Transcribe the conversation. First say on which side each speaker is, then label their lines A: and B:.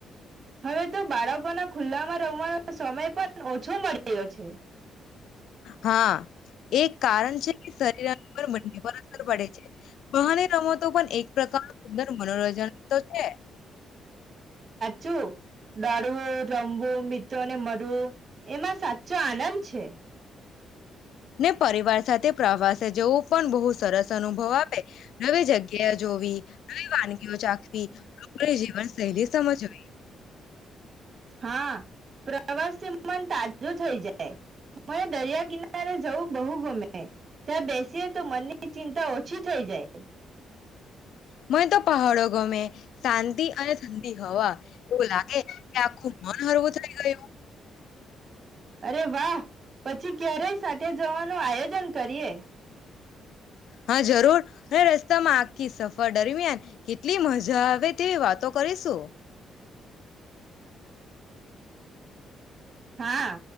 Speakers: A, on the right (about 40°); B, on the left (about 70°).
A: હવે તો બાળકોના ખુલ્લામાં રમવાનો સમય પણ ઓછો મળે યો છે.
B: હા એક કારણ છે શરીર બંને પર અસર પડે છે બહાની રમતો પણ એક પ્રકાર સુંદર મનોરંજન તો છે.
A: જું ડા મળું રમવું મિત્રો ને મરવું એમાં સાચો આનંદ છે.
B: ને પરિવાર સાથે પ્રવાસે જવું પણ બહુ સરસ અનુભવ આપે નવી જગ્યાએ જોવી નવી વાનગીઓ ચાખવી લોકો જીવન શૈલી સમજવી.
A: હા પ્રવાસથી મન તાજું થઈ જાય મ દરિયા કિના ત્યારે જવું બહુ ગમે જ્યાં બેસીએ તો મનની ચિંતા ઓછી થઈ જાય.
B: મને તો પહાડો ગમે શાંતિ અને ઠડી હવા એવું લાગે કે આખું મન હરવું થઈ ગયું.
A: અરે વાહ પછી ક્યારેય સાથે જવાનું આયોજન કરીએ.
B: હા જરૂર રસ્તામાં આખી સફર દરમિયાન કેટલી મજા આવે તેવી વાતો કરીશું.
A: હા.